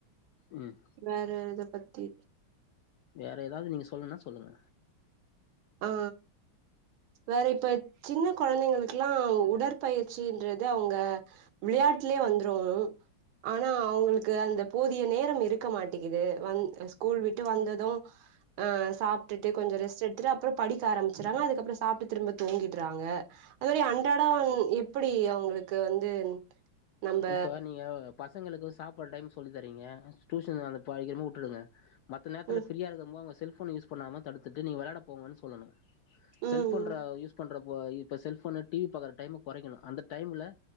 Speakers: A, on the left; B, on the right.
A: ம்
B: வேற எத பத்தி
A: வேற ஏதாவது நீங்க சொல்லலுன்னா சொல்லுங்க
B: ஆ வேற இப்ப சின்ன குழந்தைங்களுக்குல்லா உடற்பயிற்சின்றது அவங்க விளையாட்டுலயே வந்துரு ஆனா அவங்களுக்கு அந்த போதிய நேரம் இருக் க்க மாட்டிகிது வந் ஸ்கூல் விட்டு வந்தது ஆ சாப்ட்டுட்டு கொஞ்சோ ரெஸ்ட் எடுத் த்ர அப்புறோ படிக்க ஆரம்பச்சுறாங்க அதுக்கப்புறோ சாப்ட்டு திரும்ப தூங்கிடுறாங்க அது மாரி அன்றாடோ எப்டி அவங்களுக்கு வந்து நம்ப
A: இப்ப நீங்க பசங்களுக்கு சாப்படுற டைம் சொல்லி தரீங்க டியூஷன் அனுப்பாக்கிறம வுட்டுடுங்க மத்த நேரத்துல
B: ம்
A: ஃப்ரியா இருக்கு போது உங்க செல்ஃபோன யூஸ் பண்ணாம தடுத்துட்டு நீங்க விளாட போங்கன்னு சொல்லணு
B: ம்
A: செல்ஃபோன்ற யூஸ் பண்றப்போ இப்ப செல்ஃபோன்னு டி வி பாக்கற டைம கொறைக்கணு அந்த டைம்ல